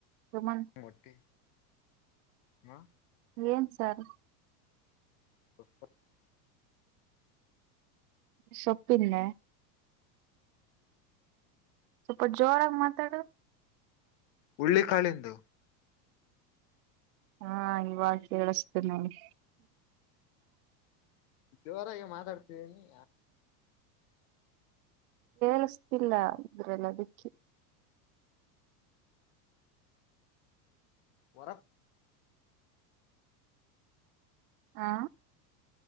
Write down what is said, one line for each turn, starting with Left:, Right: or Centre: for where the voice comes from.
Right: ತಮನ್.
Left: ಮೊಟ್ಟೆ ಹಾ.
Right: ಏನ್ ಸರ್.
Left: ಹ
Right: ಸೊಪ್ಪಿಲ್ಲ ಸ್ವಲ್ಪ ಜೋರಾಗಿ ಮಾತಾಡು
Left: ಹುಳ್ಳಿ ಕಾಳಂದು.
Right: ಹಾ ಇವಾಗ ಕೇಳಿಸತೇನೆ.
Left: ಜೋರಾಗಿ ಮಾತಾಡ್ತಿದೀನಿ.
Right: ಳಸಿಲ್ಲ ಅಂದ್ರೆಲ್ಲ ದಿಕ್ಕಿ
Left: ವರ
Right: ಆ.